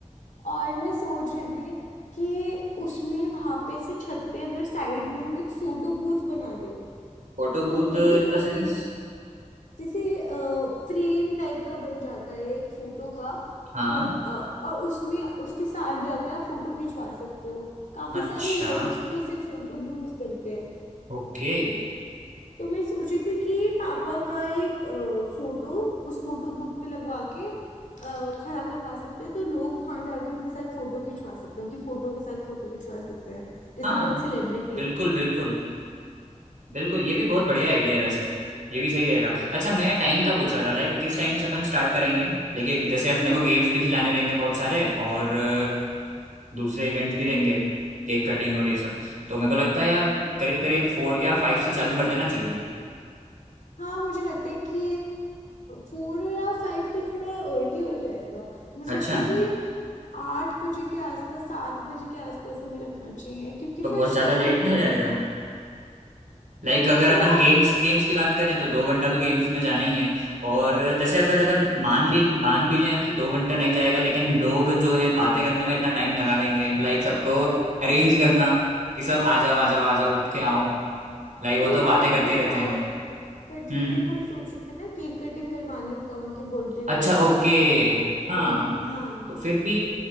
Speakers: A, on the left; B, on the right.
A: और मैं सोच रही थी कि उसमें वहां पे से छत पे अगर साइड में हम एक फोटो बूथ बना दे
B: Photo
A: तो
B: booth
A: वो भी
B: in
A: काफी
B: the sense
A: जैसे फ्रेम टाइप का बन जाता है एक फोटो का
B: हाँ
A: मत, अ, और उसमें उसके साथ जाके आप फोटो खिंचवा सकते हो काफी
B: अच्छा
A: सारे इवेंट्स में ऐसे फोटो बूथ्स बनते
B: ओके
A: तो मैं सोच रही थी कि पापा का एक अ, फोटो उस फोटो बूथ पे लगवा के अ, खड़ा करवा सकते हैं तो लोग वहां जाके उनके साथ फोटो खिंचवा सकते हैं उनकी फोटो के साथ फोटो खिंचवा सकते हैं जैसे
B: हाँ
A: वो एक सेलिब्रिटी
B: बिल्कुल
A: है
B: बिल्कुल बिल्कुल ये भी बहुत बढ़िया आइडिया है वैसे ये भी सही रहेगा अच्छा मैं टाइम का पूछ रहा था लाइक किस टाइम से अपन स्टार्ट करेंगे लेकिन जैसे अपने
A: हम्म,
B: को गेम्स भी खिलाने रहेंगे बहुत सारे और अ, दूसरे इवेंट्स भी रहेंगे केक कटिंग और ये सब तो मेरे को लगता है यार करीब करीब फोर या फाइव से चालू कर देना चाहिए
A: हाँ मुझे लगता है कि फोर या फाइव तो थोड़ा अर्ली हो जाएगा मुझे
B: अच्छा
A: लगता है कि आठ बजे के आसपास सात बजे के आसपास हमें रखना चाहिए क्योंकि
B: तो
A: फिर
B: बहुत ज़्यादा
A: शाम
B: लेट
A: हो
B: नहीं
A: जाएगी
B: हो जाएगा लाइक
A: अ,
B: अगर
A: फिर
B: अपन
A: रात
B: गेम्स गेम्स की बात करें तो दो घंटा तो गेम्स में जाना ही है और जैसे अगर अगर मान ली मान भी लें कि दो घंटा नहीं जाएगा लेकिन लोग जो हैं बातें करने में इतना टाइम लगा देंगे लाइक सबको अरेंज करना कि सब आ जाओ आ जाओ आ जाओ उठ के आओ लाइक
A: अरे
B: वो तो
A: रात
B: बातें करते
A: के
B: ही रहते
A: बारह
B: हैं
A: बजे
B: हम्म
A: हम सोच रहे थे ना केक कटिंग करवाने का उनके बर्थडे
B: अच्छा
A: पे
B: ओके
A: इसलिए
B: हाँ
A: हाँ
B: तो फिर भी